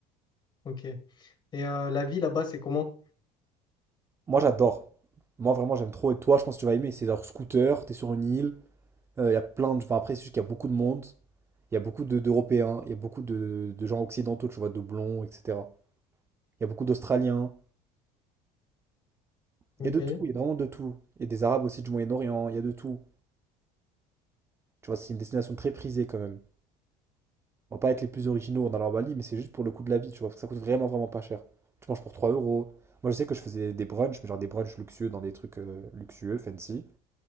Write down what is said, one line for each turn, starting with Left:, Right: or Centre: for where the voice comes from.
Left: Ok. Et euh, la vie là-bas, c'est comment?
Right: Moi j'adore. Moi vraiment j'aime trop et toi je pense que tu vas aimer, c'est genre scooter, t'es sur une île, euh, il y a plein de... Enfin après c'est juste qu'il y a beaucoup de monde, il y a beaucoup de- d'Européens, il y a beaucoup de, de gens occidentaux, tu vois, de blonds, etc. Il y a beaucoup d'Australiens, il
Left: Ok.
Right: y a de tout, il y a vraiment de tout. Il y a des Arabes aussi du Moyen-Orient, il y a de tout. Tu vois, c'est une destination très prisée quand même. On va pas être les plus originaux en allant à Bali, mais c'est juste pour le coût de la vie, tu vois, parce que ça coûte vraiment, vraiment pas cher. Tu manges pour 3 euros. Moi, je sais que je faisais des brunchs, mais genre des brunchs luxueux dans des trucs euh, luxueux, fancy,